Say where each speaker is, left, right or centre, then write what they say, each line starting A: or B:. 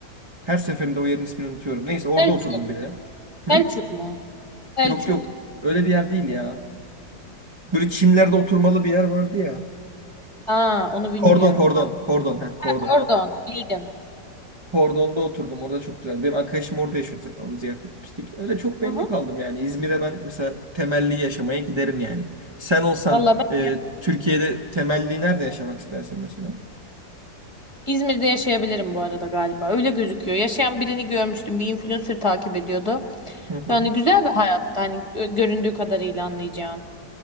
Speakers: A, on the right (about 25°); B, on the left (about 20°).
A: Her seferinde o yerin ismini unutuyorum. Neyse orada
B: Selçuk.
A: oturdum bir de. Hı?
B: Selçuk mu? Selçuk.
A: Yok yok. Öyle bir yer değil ya. Böyle çimlerde oturmalı bir yer vardı ya.
B: Aa onu bilmiyorum
A: Kordon kordon.
B: bak.
A: Kordon. ha
B: Ha,
A: kordon.
B: Kordon. Bildim.
A: Kordon'da oturdum. Orada çok güzeldi. Benim arkadaşım orada yaşıyordu zaten. Onu ziyarete gitmiştik. Öyle çok memnun
B: Hı hı.
A: kaldım yani. İzmir'e ben mesela temelli yaşamaya giderim yani. Sen olsan
B: Valla ben
A: e, Türkiye'de temelli nerede yaşamak istersin mesela?
B: İzmir'de yaşayabilirim bu arada galiba. Öyle gözüküyor. Yaşayan birini görmüştüm. Bir influencer takip ediyordu.
A: Hı hı.
B: Yani güzel bir hayat. Hani ö- göründüğü kadarıyla anlayacağın.